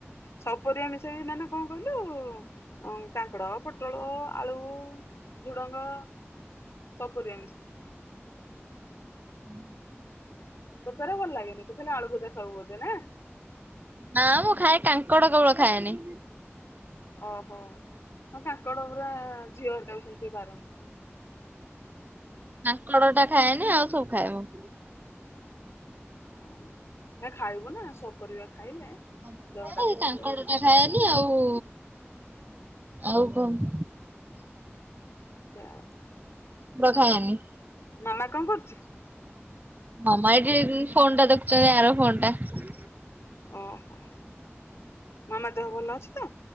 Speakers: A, on the left; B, on the right.
A: ସପରିବା ମିଶେଇକି ମାନେ କଣ କହିଲୁ? ହଁ କାଙ୍କଡ ପୋଟଳ ଆଳୁ ଝୁଡଙ୍ଗ। ସପୁରିଆ ମିଶି
B: ହୁଁ।
A: ତୋତେରେ ଭଲ ଲାଗେନି ତୁ ଖାଲି ଆଳୁ ଭଜା ଖାଉ ବୋଧେ ନା?
B: ନା ମୁଁ ଖାଏ କାଙ୍କଡ କେବଳ ଖାଏନି।
A: ଓହୋ ହଁ କାଙ୍କଡ଼ ପୁରା ଝିଅ ହେରିକା ବି ସେମିତି ବାର
B: କାଙ୍କଡ଼ ଟା ଖାଏନି ଆଉ ସବୁ ଖାଏ ମୁଁ।
A: ଓ ନା ଖାଇବୁ ନା ସବୁ ପରିବା ଖାଇଲେ
B: ସବୁ
A: ଦେହଟା
B: ଖଏ
A: ସୁସ୍ଥ
B: କାଙ୍କଡ
A: ରହିବ।
B: ଟା ଖଏନି ଆଉ ଆଉ କଣ
A: <unintelligible>
B: ର <unintelligible>
A: ମାମା କଣ କରୁଛି?
B: ମାମ ଏଇଠି ଫୋନ୍ ଟା ଦେଖୁଛନ୍ତି ଆର ଫୋନ୍ ଟା। ହଁ
A: ଓହୋ ମାମା ଦେହ ଭଲ ଅଛି ତ?